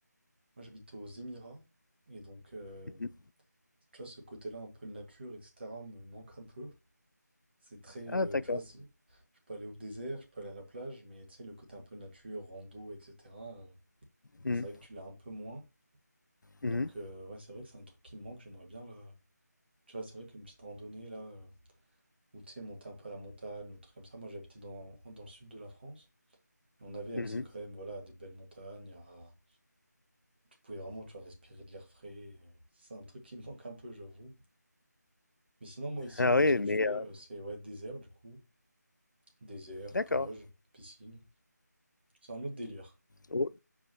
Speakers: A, on the right; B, on the left.
A: Moi, j'habite aux Émirats. Et donc, euh,
B: Mhm.
A: tu vois, ce côté-là, un peu nature, etc., me manque un peu. C'est très,
B: Ah,
A: euh,
B: d'accord.
A: tu vois, c'est- je peux aller au désert, je peux aller à la plage, mais tu sais, le côté un peu nature, rando, etc., euh,
B: Mhm.
A: c'est vrai que tu l'as un peu moins. Donc,
B: Mhm.
A: euh, ouais, c'est vrai que c'est un truc qui me manque, j'aimerais bien, là. Tu vois, c'est vrai qu'une petite randonnée, là, euh, ou tu sais, monter un peu à la montagne, ou un truc comme ça. Moi, j'habitais dans, dans le sud de la France, et on avait
B: Mhm.
A: accès quand même, voilà, à des belles montagnes, à- Tu pouvais vraiment, tu vois, respirer de l'air frais. et C'est un truc qui me manque un peu, j'avoue. Mais sinon, moi, ici,
B: Ah
A: ouais,
B: oui,
A: ce que
B: mais
A: je fais,
B: euh,
A: euh, c'est, ouais, désert, du coup. Désert,
B: d'accord.
A: plage, piscine. C'est un autre délire.
B: Oh,